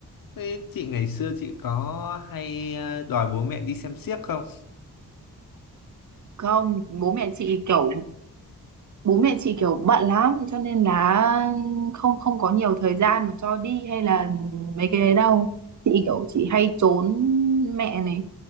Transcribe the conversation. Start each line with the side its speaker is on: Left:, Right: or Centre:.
Left: Thế chị ngày xưa chị có hay ờ, đòi bố mẹ đi xem xiếc không?
Right: Không, bố mẹ chị kiểu bố mẹ chị kiểu bận lắm cho nên là không không có nhiều thời gian mà cho đi hay là mấy cái đấy đâu chị kiểu chị hay trốn mẹ này